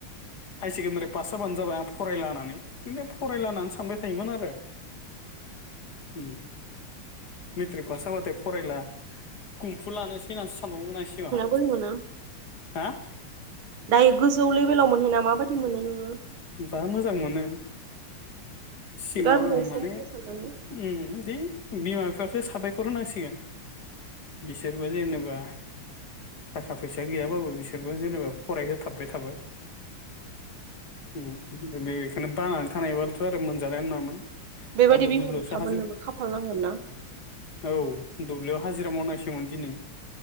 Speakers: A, on the left; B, on the right.
A: हायार सेकेण्डारि पास जाबानो जाबाय आं फरायला होननानै खिन्थु फरायला होननानै सानबाय थायोमोन आरो ओम मेट्रिक पास जाबाथाय फरायला खुम्फु लानोसै मानोसै सानबावोमोन आं सिगांहा
B: बैमोना
A: हा
B: दायो गोजौ लेभेलाव मोनहैना माबायदि मोनो नोङो
A: दा मोजां मोनो सिगां
B: गारबोनाय
A: आङो माने
B: समफोरखौ
A: ओम
B: साननानै
A: दि बिमा बिफाखौ साबायखर होनांसिगोन बिसोरबो जेनेबा थाखा फैसा गैयाबाबो बिसोरबो जेनेबा फरायहोथाबबाय थाबाय ओम बेखोनो बानानै थानायबालथ' आरो मोनजानायानो नङामोन
B: बेबायदि
A: आंबो
B: बिमा
A: दुब्लियावसो
B: बिफा
A: हाजो
B: मोननोबो खाफाल नांगोन ना
A: औ दुब्लियाव हाजिरा मावनांसोमोन दिनै